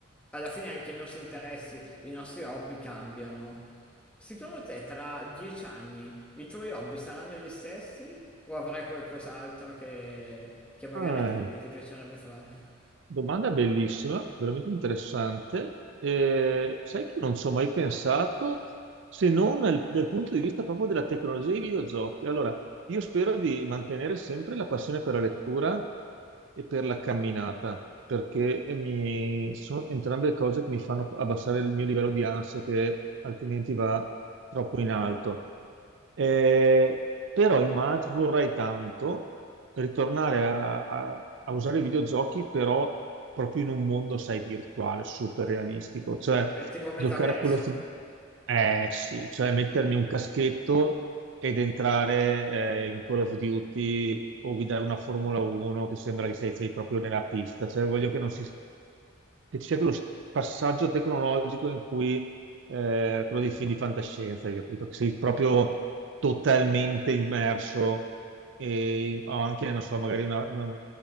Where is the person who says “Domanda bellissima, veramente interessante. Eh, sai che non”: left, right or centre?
Right